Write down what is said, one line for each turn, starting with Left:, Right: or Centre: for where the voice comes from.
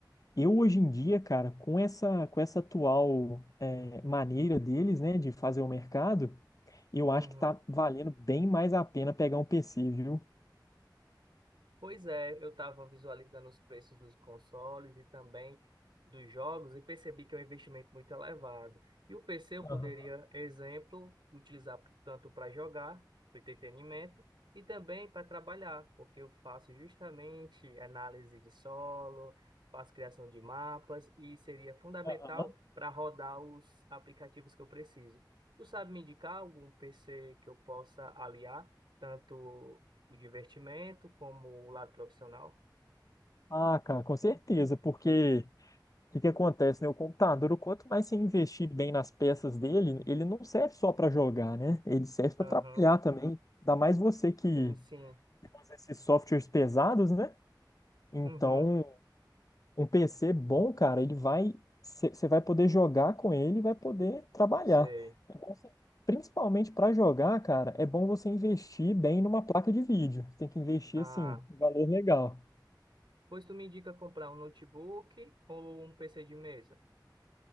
Left: Eu hoje em dia, cara, com essa com essa atual eh, maneira deles, né, de fazer o mercado, eu acho
Right: uhum.
Left: que tá valendo bem mais a pena pegar um PC, viu?
Right: Pois é, eu estava visualizando os preços dos consoles e também dos jogos e percebi que é um investimento muito elevado. E o PC eu
Left: Aham,
Right: poderia, exemplo, utilizar tanto para jogar, para entretenimento, e também para trabalhar, porque eu faço justamente análise de solo, faço criação de mapas e seria fundamental
Left: aham.
Right: para rodar os aplicativos que eu preciso. Tu sabe me indicar algum PC que eu possa aliar? tanto o divertimento, como o lado profissional.
Left: Ah, cara, com certeza, porque O que que acontece, né? O computador, quanto mais você investir bem nas peças dele, ele não serve só para jogar, né? Ele serve para
Right: Aham,
Left: trabalhar também. Ainda mais você que
Right: Sim, sim.
Left: usa esses softwares pesados, né? Então,
Right: Uhum,
Left: um PC bom, cara, ele vai. Você vai poder jogar com ele e vai poder trabalhar.
Right: sei.
Left: É bom você- principalmente para jogar, cara, é bom você investir bem numa placa de vídeo. Tem que investir,
Right: Ah,
Left: assim, um valor legal.
Right: pois tu me indica comprar um notebook ou um PC de mesa?